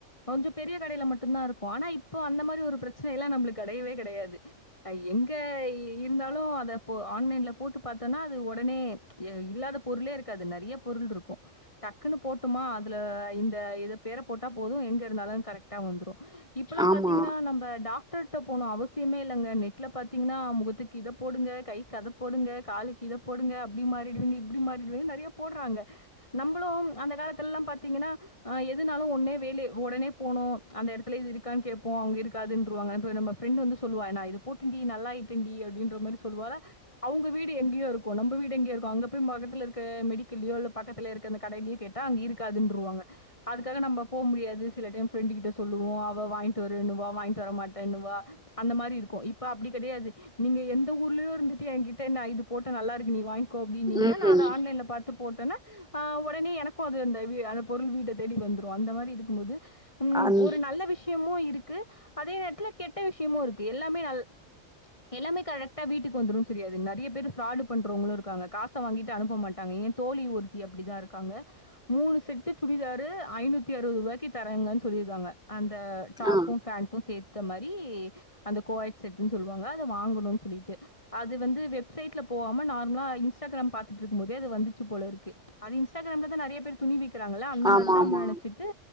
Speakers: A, on the left; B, in the centre.
A: கொஞ்சோ பெரிய கடைல மட்டும்தா இருக்கு ஆனா இப்போ அந்த மாரி ஒரு பிரச்சன எல்லா நம்மளுக்கு கெடையவே கெடையாது எங்க இருந்தாலு அத இப்போ ஆன்லைன்ல போட்டு பாத்தோனா அது ஒடனே எ இல்லாத பொருளே இருக்காது நறைய பொருள் இருக்கும் டக்குன்னு போட்டுமா அதுல இந்த எது பேர போட்டா போதும் எங்க இருந்தாலு கரெக்ட் டா வந்துரும் இப்பல்லா
B: ஆமா
A: பாத்தீங்கன்னா நம்ம டாக்டர் ட போனு அவசியமே இல்லங்க நெட்ல பாத்தீங்கன்னா முகத்துக்கு இத போடுங்க கைக்கு அத போடுங்க காலுக்கு இத போடுங்க அப்டி மாறிடுவங்க இப்டி மாறிடுவீங்க நறைய போட்றாங்க நம்பமளும் அந்த காலத்துலலாம் பாத்திங்கன்னா ஆ எதுனாலும் ஒட்னே வேலே ஒடனே போனு அந்த இடத்துல இது இருக்கான்னு கேப்போம் அவங்க இருக்காதுன்னவாங்க நம்ம ஃரெண்ட் வந்து சொல்லுவா நா இத போட்டண்டி நல்லாாயிட்டேன்டி அப்டின்ற மாரி சொல்லுவாளா அவங்க வீடு எங்யோ இருக்கு நம்ம வீடு எங்யோ இருக்கு அங்க போய் பக்கத்துல இருக்க மெடிக்கலயோ இல்ல பக்கத்துல ந்த கடைலயும் கேட்டா அங்க இருக்காதுன்னருவாங்க அதுக்காக நம்ம போக முடியாது சில டைம் ஃப்ரெண்ட் கிட்ட சொல்லுவோம் அவ வாய்ங்ட்டு வரணவ வாய்ங்ட்டு வரமாட்டேன்னனுுவா அந்த மாரி இருக்கு இப்ப அப்டி கடையாது நீங்க எந்த ஊர்லயோ இருந்துட்டு என்கிட்ட நா இது போட்ட நல்லா இருக்கு நீ வாங்கி கோ அப்டின்னீங்கன்னா
B: ம்
A: நா அத ஆன்லைன்ல பாத்து போட்டனா அ உடனே எனக்கு அது அந்த அந்த பொருள் வீட்ட தேடி வந்துரும் அந்த மாரி இருக்கும்போது உம்
B: அந்
A: ஒரு நல்ல விஷயமும் இருக்கு அதே நேரத்துல கெட்ட விஷயமு இருக்கு எல்லாமே நல்ல எல்லாமே கரெக்ட வீட்டுக்கு வந்துரும் தெரியாது நறைய பேர் ஃப்ராாடு பண்றவங்களும் இருக்காங்க காச வாங்கிட்டு அனுப்ப மாட்டாங்க தோழி ஒருத் தி அப்படிதா இருக்காங்க மூணு செட்டு சுடிதாறு ஐநூத்தி அறுபது ரூப்க்கி தராங்கன்னு சொல்லியிருக்காங்க அந்த டாப்பும்
B: ஆ
A: பேண்டும் சேர்த்த மாரி அந்த கோவ்வாய் செட்ன்னு சொல்லுவாங்க அத வாங்கணு சொல்லிட்டு அது வந்து வெப்சைட்ல போவாம நார்மலா இன்ஸ்டாகிராம் பாத்துட்டுருக்கும் போதே அது வந்துச்சு போலருக்கு அது இன்ஸ்டாகிராம்லதா நறைய பேர் துணிவிக்கிறாங்கள்ல அந்த
B: ஆமா
A: மாரிதா
B: ஆமா
A: நெனைச்சிட்டு